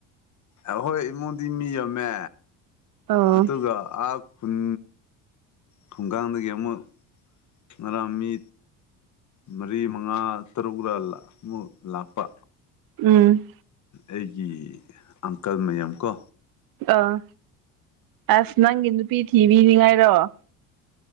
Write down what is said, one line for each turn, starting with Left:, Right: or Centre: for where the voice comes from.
Left: ꯑꯈꫭꯏ ꯏꯃꯨꯡꯗꯤ ꯃꯤ ꯌꯥꯝꯃꯦ
Right: ꯑꯣ
Left: ꯑꯗꯨꯒ ꯑꯞ ꯈꯨꯟ ꯊꯨꯡꯒꯥꯟꯗꯒꯤ ꯑꯃꯨꯛ ꯉꯔꯥꯡ ꯃꯤ ꯃꯔꯤ ꯃꯉꯥ ꯇꯔꯨꯛ ꯂ ꯂ ꯑꯃꯨꯛ ꯂꯥꯛꯄ
Right: ꯎꯝ
Left: ꯑꯩꯒꯤ ꯑꯪꯀꯜ ꯃꯌꯥꯝ ꯀꯣ
Right: ꯑꯥ ꯑꯁ ꯅꯪꯒꯤ ꯅꯨꯄꯤ ꯊꯤꯕꯤꯅꯤꯡꯉꯥꯏꯔꫭ